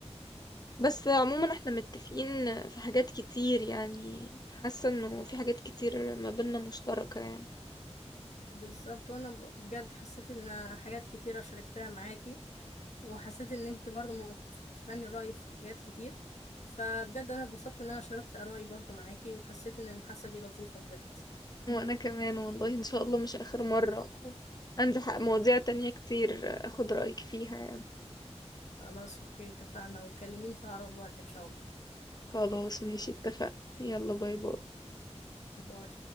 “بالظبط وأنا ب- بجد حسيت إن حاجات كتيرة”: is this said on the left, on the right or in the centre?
Left